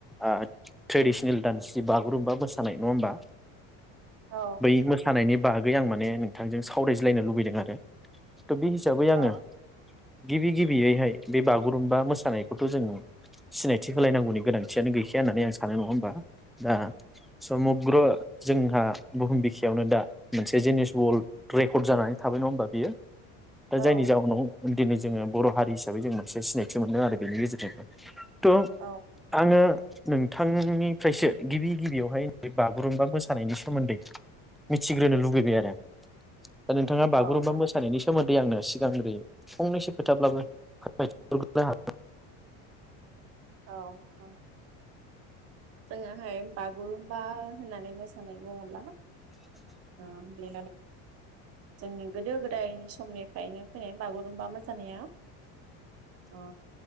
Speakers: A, in the centre; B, on the right.
A: ओ ट्रेडिसनेल दानस्रि बागुरुम्बा मोसानाय नङा होमबा?
B: औ
A: बै मोसानायनि बागै आं माने नोंथांजों सावरायज्लायनो लुबैदों आरो। त' बे हिसाबै
B: औ
A: आङो गिबि गिबियैहाय बे बागुरुम्बा मोसानायखौथ' जों सिनायथि होलायनांगौनि गोनांथियानो गैखाया होननानै आं सानो नङा होमबा? दा समुग्र जोंहा बुहुम बिखायावनो दा मोनसे जिनिस वल्ड रेकर्ड जानानै थाबाय नङा होमबा बियो दा
B: औ
A: जायनि जाउनाव दिनै जोङो बर' हारि हिसाबै जों मोनसे सिनायथि मोनदों आरो बेनि गेजेरजों। ट'
B: औ
A: आङो नोंथां नि फ्रायसो गिबि गिबियावहाय बि बागुरुम्बा मोसानायनि सोमोन्दै मिथिग्रोनो लुुबैबाय आरो दा नोंथाङा बागुरुमबा
B: औ औ
A: मोसानायनि सोमोन देै आंनो सिगांग्रो फंनैसो खोथाब्लाबो <unintelligible> हागोन <inaudible>
B: औ औ। जोङाहाय बागुरुम बा होननानै मोसानाय बुङोब्ला आ बे जोंनि गोदो गोदायनि समनिफ्रायनो फैनाय बागुरुमबा मोसानाया। अ